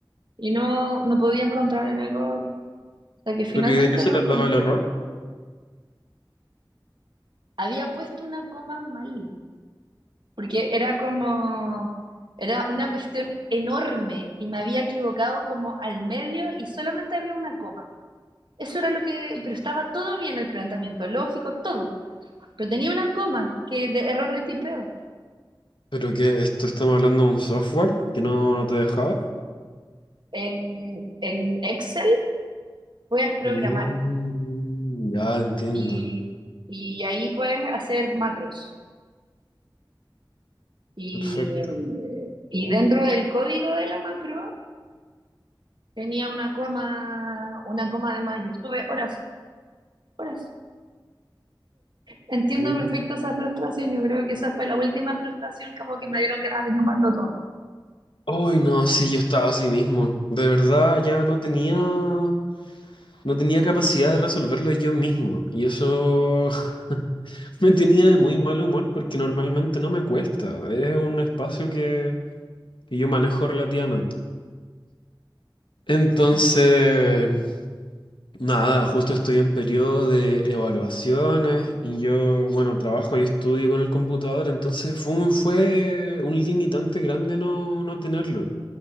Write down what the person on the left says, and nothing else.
Pero ¿y de qué se
trataba
el error?
¿Pero qué? ¿Esto estamos hablando de un software que no, no te dejaba?
Mm, ya entiendo.
Perfecto.
Mm.
Ay, no, sí, yo estaba así mismo. De verdad, ya no tenía, no tenía capacidad de resolverlo yo mismo. Y eso <laughs> me tenía de muy mal humor porque normalmente no me cuesta. Es un espacio que, que yo manejo relativamente. Entonces, Nada, justo estoy en periodo de evaluaciones y yo, bueno, trabajo y estudio con el computador, entonces fue un, fue un limitante grande no, no tenerlo.